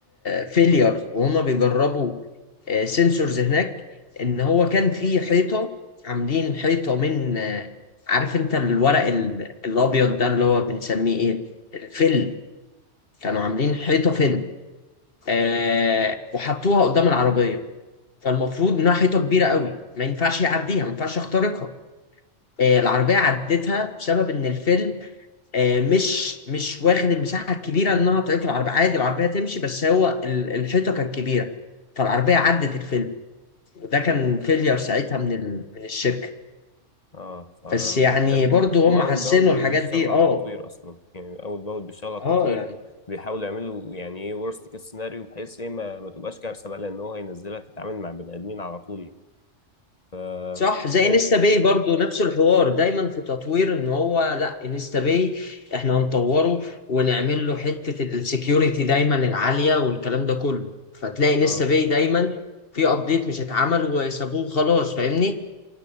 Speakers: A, on the left; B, on the left.
A: فيلير وهما بيجربوا سنسورز هناك ان هو كان في حيطه عاملين حيطه من آه، عارف انت الورق ال- الابيض ده اللي هو بنسميه ايه الفل كانوا عاملين حيطه فل آه وحطوها قدام العربية فالمفروض إنها حيطة كبيرة قوي ما ينفعش يعديها ما ينفعش يخترقها آه العربية عدتها بسبب إن الفيل آه مش مش واخد المساحة الكبيرة إنها تعيق العربية عادي العربية تمشي بس هو ال- الحيطة كانت كبيرة فالعربية عدت الفيل وده كان
B: اه
A: فيلير ساعتها من ال... من الشركة
B: اه فبيحتاجوا
A: بس يعني
B: هم
A: برضو
B: هم
A: هم
B: اول
A: حسنوا
B: باول بيشتغلوا
A: الحاجات دي اه
B: على التطوير اصلا يعني اول باول بيشتغلوا على التطوير
A: اه يعني
B: بيحاولوا يعملوا يعني ايه ورست كيس سيناريو بحيث ايه ما, ما تبقاش كارثه بقى لان هو هينزلها تتعامل مع بني ادمين على طول يعني ف
A: صح زي
B: يعني
A: انستا باي برضو نفس الحوار دايما في تطوير ان هو لا انستا باي احنا هنطوره ونعمل له حتة السكيورتي دايما العالية والكلام ده كله فتلاقي انستا
B: اه
A: باي دايما في ابديت مش اتعمل وسابوه خلاص فاهمني